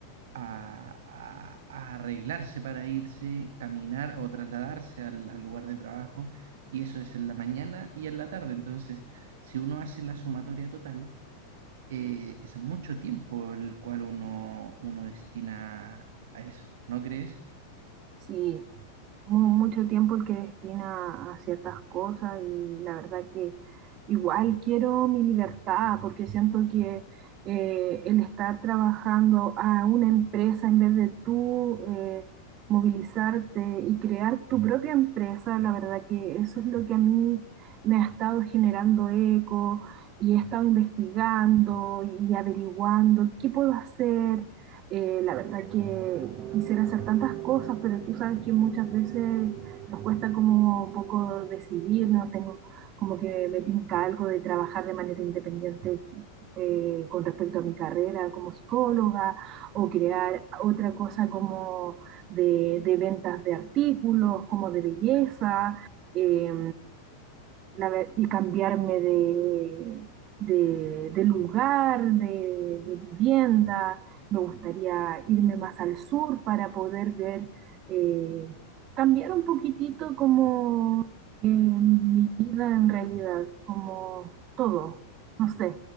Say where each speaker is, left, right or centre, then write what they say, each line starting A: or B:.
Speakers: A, on the right; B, on the right.
A: a, a- a arreglarse para irse, caminar o trasladarse al, al lugar de trabajo, y eso es en la mañana y en la tarde. Entonces, si uno hace la sumatoria total, eh, es mucho tiempo el cual uno, uno destina a eso, ¿no crees?
B: Sí, mu- mucho tiempo el que destina a ciertas cosas y la verdad que igual quiero mi libertad porque siento que eh, el estar trabajando a una empresa en vez de tú eh, movilizarte y crear tu propia empresa, la verdad que eso es lo que a mí me ha estado generando eco y he estado investigando y averiguando qué puedo hacer Eh, la verdad que quisiera hacer tantas cosas, pero tú sabes que muchas veces nos cuesta como un poco decidirnos, tengo como que me tinca algo de trabajar de manera independiente eh, con respecto a mi carrera como psicóloga o crear otra cosa como de, de ventas de artículos, como de belleza. Eh, la ver- y cambiarme de, de- de lugar, de, de vivienda. Me gustaría irme más al sur para poder ver, eh, cambiar un poquitito como eh, mi vida en realidad, como todo. No sé.